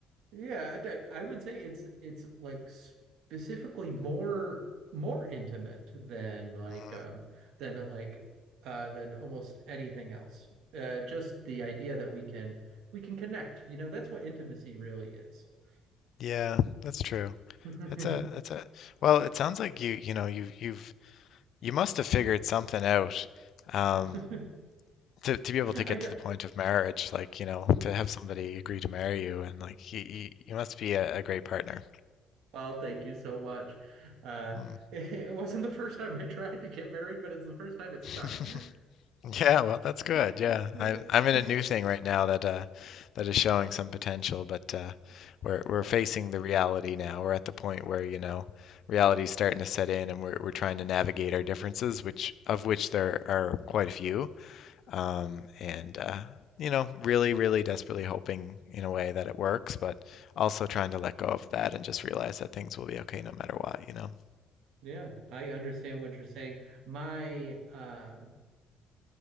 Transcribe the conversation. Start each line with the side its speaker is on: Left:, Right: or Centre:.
Right: Yeah, I d- I would say it's it's like specifically more more intimate than like
Left: Mm.
Right: um than like uh than almost anything else. Uh just the idea that we can we can connect. You know, that's what intimacy really is. <laughs>
Left: Yeah, that's true.
Right: Yeah.
Left: It's a it's a well, it sounds like you you know you have you've you must have figured something out um
Right: <laughs>
Left: to to be able to get
Right: I ju-
Left: to the point of marriage, like, you know, to have somebody agree to marry you and like you you, you must be a, a great partner.
Right: well, thank you so much. Uh
Left: Hmm.
Right: <laughs> it wasn't the first time I tried to get married, but it's the first time it stuck.
Left: <laughs> Yeah, well, that's good.
Right: <laughs>
Left: Yeah. I'm I'm in a new thing right now that uh that is showing some potential, but uh we're we're
Right: Oh.
Left: facing the reality now. We're at the point where, you know, reality's starting to set in and we're we're trying to navigate our differences, which of which there are quite a few. Um, and uh, you know, really, really desperately hoping in a way that it works, but also trying to let go of that and just realize that things will be okay no matter what, you know.
Right: Yeah, I understand what you're saying. My um